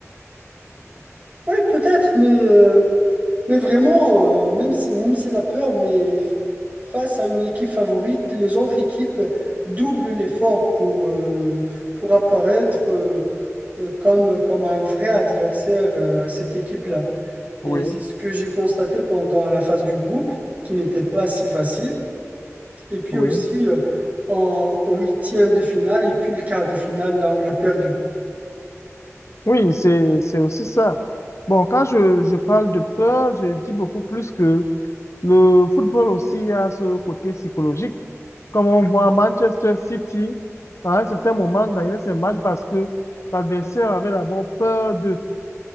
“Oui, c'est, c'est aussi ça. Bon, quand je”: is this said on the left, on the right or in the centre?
Left